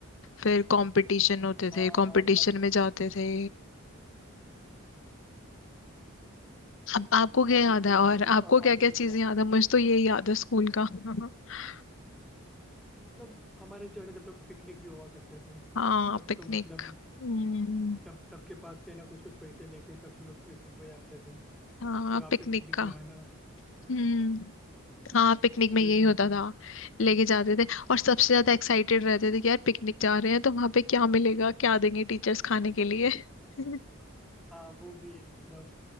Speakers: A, on the left (about 60°); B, in the centre.
A: फिर कंपटीशन होते
B: हाँ
A: थे कंपटीशन
B: हाँ सब
A: में जाते थे अब आपको क्या
B: हाँ
A: याद
B: बिल्कुल
A: है और
B: अ-
A: आपको
B: अ-
A: क्या
B: आज
A: क्या
B: ही मुझको
A: चीजें
B: याद
A: याद है
B: है
A: मुझे तो ये याद है स्कूल का <laughs>
B: मतलब हमारे जो है ना जब जब पिकनिक भी हुआ करते थे
A: हाँ
B: तब
A: पिकनिक
B: तो मतलब
A: हम्म
B: सब सबके पास से ना कुछ कुछ पैसे लेके सब लोग पिकनिक में जाते थे
A: हाँ
B: फिर आप
A: पिकनिक
B: पे पिकनिक
A: का
B: में है ना
A: हम्म हाँ पिकनिक
B: पूरे
A: में यही
B: दिन
A: होता
B: का
A: था लेके जाते थे और सबसे ज्यादा एक्साइटेड रहते थे कि यार पिकनिक जा रहे हैं तो वहां पे क्या मिलेगा क्या देंगे टीचर्स खाने के लिए <laughs>
B: हाँ वो भी है मतलब